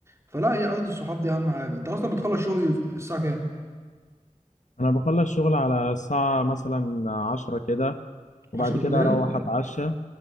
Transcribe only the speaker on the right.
فلا هي قعده الصحاب دي اهم حاجه انت اصلا بتخلص شغل الساعه كام
10
بالليل